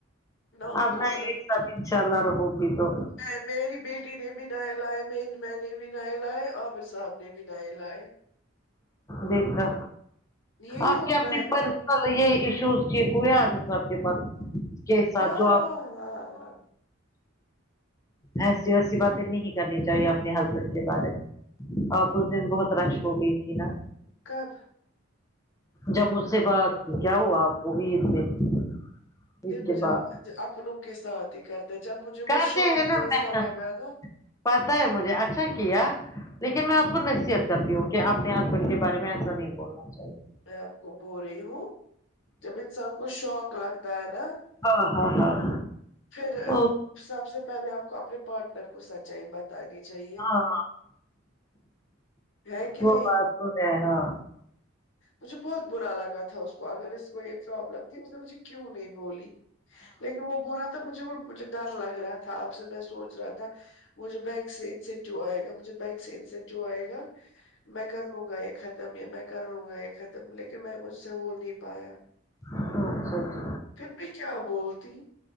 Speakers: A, on the left (about 65°); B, on the left (about 15°).
A: نہ اس
B: اپنا
A: کو اتنا
B: ایک ساتھ ان شاء اللہ رہوگی تو
A: میں میری بیٹی نے بھی نئے لائے میں نے بھی نئے لائے عامر صاب نے بھی نئے لائے
B: دیکھا
A: یہی
B: آپ
A: ہوتا
B: کے اپنی
A: ہے نا
B: پر یہ ایشوز ٹھیک ہوئے مطلب آپ کے پاس اس کے ساتھ
A: ہاں
B: جو
A: ہاں
B: آپ
A: ہاں
B: ایسی ویسی باتیں نہیں کرنی چاہیے اپنے ہسبینڈ کے بارے میں آپ اس دن بہت رش ہو گئی تھی ناں
A: کب
B: جب مجھ سے بعد کیا ہوا آپ کو عید پہ عید
A: دیکھو
B: کے
A: جب
B: بعد
A: اپنوں کے ساتھ ہی کرتے جب مجھے وہ
B: کرتے
A: شوک
B: ہیں نا
A: جیسا
B: میں
A: لگا ناں
B: پتا ہے مجھے اچھا کیا لیکن میں آپ کو نصیحت کرتی ہوں کہ اپنے ہسبینڈ کے بارے میں ایسا نہیں بولنا چاہیے
A: میں آپ کو بو رہی ہوں جب انسان کو شوک لگتا ہے ناں
B: ہاں ہاں ہاں
A: پھر
B: او
A: سب سے پہلے آپ کو اپنے پارٹنر کو سچائی بت تانی چاہیے
B: ہاں
A: ہے کہ
B: وہ
A: نہیں
B: بات ہے ہاں
A: مجھے بہت برا لگا تھا اس تو اگر اس کو یہ پرابلم تھی اس نے مجھے کیوں نہیں بولی لیکن وہ بولا تو مجھے مجھے ڈر لگ رہا تھا آپ سے میں سوچ رہا تھا مجھے بینک سے انسینٹیو آئے گا مجھے بینک سے انسینٹیو آئے گا میں کر لوں گا یہ ختم یہ میں کر لوں گا یہ ختم لیکن میں مجھ سے ہو نہیں پایا
B: اچھا اچھا
A: پھر بھی کیا بولتی